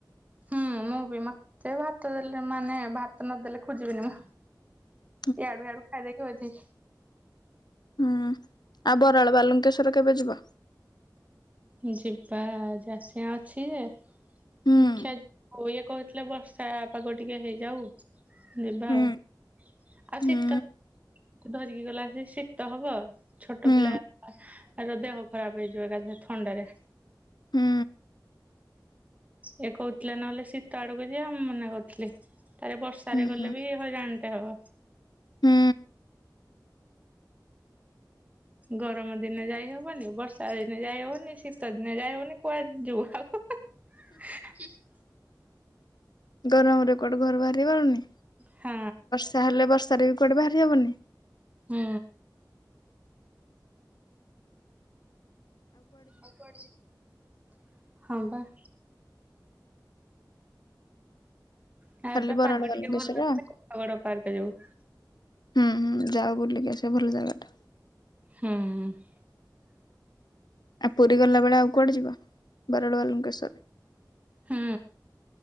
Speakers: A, on the right; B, on the left.
A: ହୁଁ, ମୁଁ ବି ମତେ ଭାତ ଦେଲେ ମାନେ ଭାତ ନଦେଲେ ଖୋଜିବିନି ମୁଁ!
B: <inaudible>
A: ଇଆଡୁ ହିଆଡୁ ଖାଇଦେଇକିି ବଇଚି
B: ହୁଁ ଆଉ ବରାଳ ବାଲୁଙ୍କେଶ୍ଵର କେବେ ଯିବ?
A: ଯିବା ଆଜି ଆସିବା ଅଛି ଯେ
B: ହୁଁ
A: ଦେଖିଆ ଯୋଉ ଇଏ କହିଥିଲେ ବର୍ଷା ପାଗ ଟିକେ ହେଇଯାଉ ଯିବା
B: ହୁଁ
A: ଆଉ ଆଉ
B: ହୁଁ
A: ଶୀତ ଧରିକି ଗଲା ମାନେ ଯଉ ସେ ଶୀତ ହବ, ଛୋଟ
B: ହୁଁ
A: ପିଲା ଆଗ ଦେହ ଖରାପ ହେଇଯିବ ଏକାଥରକେ ଥଣ୍ଡାରେ।
B: ହୁଁ।
A: ଇଏ କହୁଥିଲେ ନହେଲେ ଶୀତ ଆଡକୁ ଯିଆ ମୁଁ ମନା କରୁଥିଲି ତାପରେ ବର୍ଷାରେ
B: ହୁଁ
A: ଗଲେ ବି ହଇରାଣଟେ ହବ।
B: ହୁଁ
A: ଗରମ ଦିନେ ଯାଇ ହବନି ବର୍ଷା ଦିନେ ଯାଇ ହବନି ଶୀତ ଦିନେ ଯାଇ ହବନି କୁଆଡେ ଯିବୁ ହାଉ ହୁ ହୁ। <unintelligible>
B: ଗରମରେ କୁଆଡୁ ଘରୁ ବାହାରି ହଉନି।
A: ହଁ।
B: ତାହେଲେ ବର୍ଷାରେ ବି କୁଆଡେ ବାହାରି ହବନି।
A: ହୁଁ। ଆଉ କୁଆଡେ ଯିବୁ ହଁ ପା। ନା
B: ଖାଲି
A: ଏବେ
B: ବରାଳ
A: ପାଗ
B: ବାଲୁଙ୍କେଶ୍ୱର
A: ଟିକେ ଭଲ <inaudible> ପାଗୋଡା ପାର୍କ ଯିବୁ।
B: ହୁଁ ହୁଁ ଯାଅ ବୁଲିକି ଆସିବ ଭଲ ଜାଗାଟା।
A: ହୁଁ।
B: ଆଉ ପୁରୀ ଗଲାବେଳେ ଆଉ କୁଆଡେ ଯିବ ବରାଳ ବାଲୁଙ୍କେଶ୍ୱର।
A: ହୁଁ।